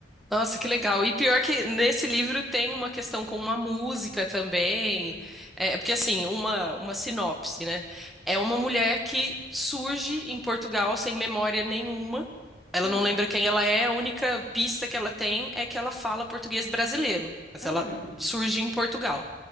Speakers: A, in the centre; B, on the left (about 60°).
A: Nossa, que legal. E pior que nesse livro tem uma questão com uma música também.
B: Uhum.
A: É, porque assim, uma, uma sinopse, né? É uma mulher que surge em Portugal sem memória nenhuma. Ela
B: Hum,
A: não lembra quem ela é, a única pista que ela tem é que ela fala português brasileiro, mas
B: hum,
A: ela surge em Portugal.